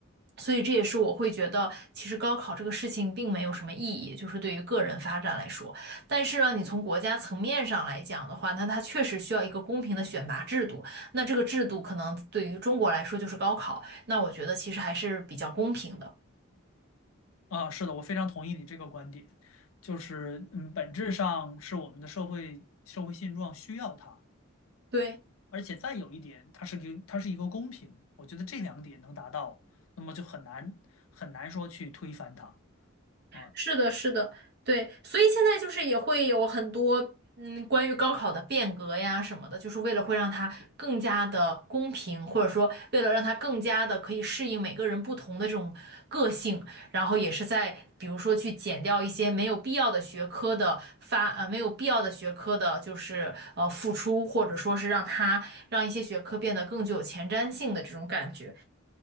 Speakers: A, on the right; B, on the left.
A: 所以这也是我会觉得，其实高考这个事情并没有什么意义，就是对于个人发展来说。但是呢，你从国家层面上来讲的话，那它确实需要一个公平的选拔制度。那这个制度可能对于中国来说就是高考，那我觉得其实还是比较公平的。
B: 啊，是的，我非常同意你这个观点，就是嗯，本质上是我们的社会社会现状需要它，
A: 对。
B: 而且再有一点，它是一个它是一个公平，我觉得这两点能达到，那么就很难很难说去推翻它。啊。
A: 是的，是的，对，所以现在就是也会有很多嗯，关于高考的变革呀什么的，就是为了会让它更加的公平，或者说为了让它更加的可以适应每个人不同的这种个性，然后也是在比如说去减掉一些没有必要的学科的发呃没有必要的学科的，就是呃付出，或者说是让它让一些学科变得更具有前瞻性的这种感觉。